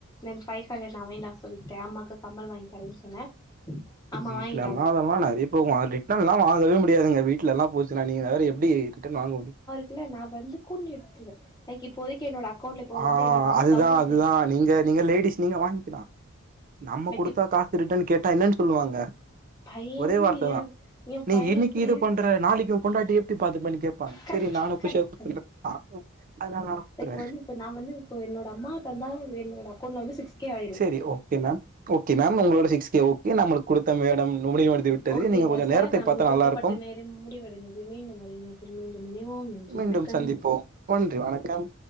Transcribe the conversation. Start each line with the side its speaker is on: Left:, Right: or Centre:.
Left: நென்த் ஃபை ஹன்ரடு நா வேண்டா சொல்லிகிட்டே. அம்மாக்கு கம்மல் வாங்கி தரேன் சொன்னே. அம்மா
Right: வீட்லெல்லா
Left: வாங்கிட்டாங்க
Right: அதெல்லா நெறைய போகு. அது ரிட்டன்லா வாங்கவே முடியாதுங்க. வீட்லெல்லா போச் சுன்னா நீங்க வேற எப்டி ரிட்டன் வாங்க முடியு.
Left: க்ல நா வந்து கொன்னு எட்த்துருவே லைக் இப்போதைக்கி என்னோட அக்கவுண்ட்ல இப்போ
Right: ஆ
Left: வந்து என்னோட அம்மா
Right: அதுதா
Left: தௌசண்
Right: அதுதா
Left: சே
Right: நீங்க நீங்க லேடிஸ் நீங்க வாய்ங்கிலா. நம்ம
Left: லைக்
Right: குடுத்தா காசு ரிட்டன் கேட்டா என்னன் சொல்லுவாங்க?
Left: பைய
Right: ஒரே
Left: வந்து
Right: வார்த்ததா
Left: ஏ ஏ
Right: நீ
Left: பைய
Right: இன்னிக்கி
Left: இப்டி
Right: இது
Left: இருக்கு
Right: பண்ற நாளைக்கி உ பொண்டாட்டிய எப்டி பாத்துப்பனு கேப்பாங்க
Left: கரெக்ட்
Right: செரி நானு
Left: கரெக்ட்
Right: <inaudible>
Left: கரெக்ட்
Right: அதனால் நானு <inaudible> த்துருவே.
Left: லைக் வந்து இப்ப நா வந்து இப்போ என்னோட அம்மா தந்தா என்னோட அக்கௌண்ல வந்து சிக்ஸ் கே ஆய்ரு.
Right: டி ஓகே மேம். ஓகே மேம் உங்ளோட சிக்ஸ் கே ஓகே நம்மளுக் குடுத்த மேடம். <unintelligible>
Left: ஓகேங்க
Right: கொஞ்சம்
Left: சார்
Right: நேரத்தை
Left: நம்ளுக்
Right: பார்த்தா
Left: குடுக்கப்பட்ட
Right: நல்லாயிருக்கும்.
Left: நேரம் முடிவடைந்தது மீண்டும் ஒரு இணைப்பில் மீண்டும் இணைவோம். நன்றி
Right: மீண்டும்
Left: வணக்கம்
Right: சந்திப்போம் ஒன்றி வணக்கம்.